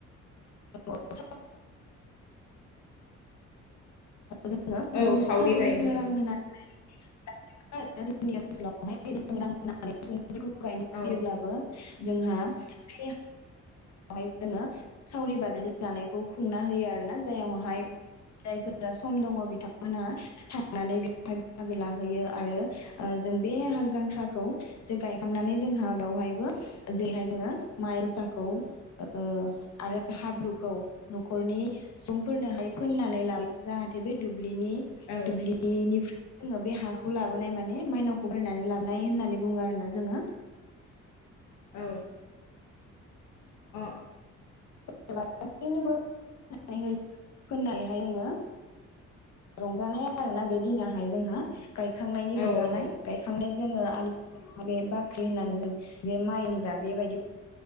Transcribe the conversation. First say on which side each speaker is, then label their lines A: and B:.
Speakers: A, on the left; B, on the left.
A: <unintelligible> जोङो
B: औ
A: गुबुन
B: सावरि
A: सानाव
B: जायोमोन
A: जोङो रां होनानै <unintelligible> फोरखौ गायनो
B: औ
A: फैयोब्लाबो जोंहा फे जोङो सावरि बादालि जानायखौ खुंना होयो आरोना जायावहाय जायफोरा सम दङ बिथांमोनहा थांनानै बेयावहाय बाहागो लाहैयो आरो ओ जों बे हाल जांख्राखौ जे गायखांनानै जोंहा बेवहायबो जैहाय जोङो माइगसाखौ ओ आरो हाब्रुखौ न'खरनि सुबुंफोरनोहाय फोननानै ला जाहाथे बे दुब दुब्लिनि
B: औ
A: दुब्लिनि <unintelligible> जोङो बे हाखौ लाबोनाय माने माइनावखौ बरायनानै लाबोनाय होननानै बुङो आरो ना जोङो।
B: औ। अह।
A: <unintelligible> <unintelligible> होननायहाय जोङो रंजानाय आरोना बे दिनाहाय जोंहा गायखांनायनि
B: औ
A: रंजानाय गायखांनाय जोङो आलि <unintelligible> बाख्रि होननानै जों जे माइ होनग्रा बेबायदि